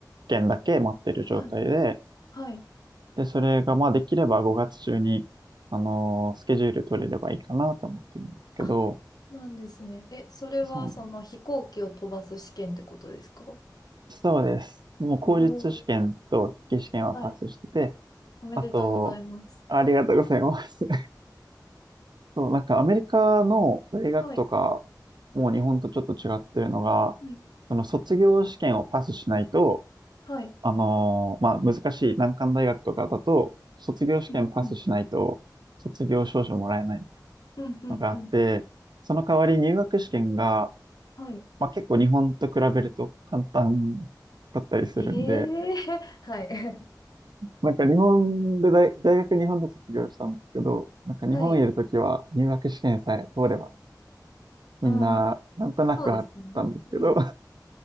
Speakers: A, on the right (about 75°); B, on the left (about 60°).
A: 件だけ待ってる状態で、
B: はい、はい。
A: で、それが、まあ、できれば5月中に、あの、スケジュール取れればいいかなと思ってるんですけど、
B: あ、なんですね。え、それはその飛行機を飛ばす試験ってことですかお
A: そうなんですそうです。もう、口述試験と筆記試験はパスしてて、
B: おー、はい。おめでとうございます。
A: あと、ありがとうございます。そう、なんかアメリカの大学とか、
B: はい。
A: もう日本とちょっと違ってるのが、
B: はい
A: その卒業試験をパスしないと、
B: はい。
A: あのーまあ、難しい難関大学とかだと、卒業試験パスしないと、
B: うんうん。
A: 卒業証書もらえない
B: うんうんうん。
A: のがあって、その代わり入学試験が、
B: はい。
A: まあ、結構日本と比べると簡単だったりするんで、
B: ええー <laughs> はい。
A: なんか日本で大、大学日本で卒業したんですけど、なんか日本にいるときは入学試験さえ通れば
B: <laughs> はい。
A: みんな、
B: うん。
A: なんとなくあったんですけど、
B: そうですよね。うん。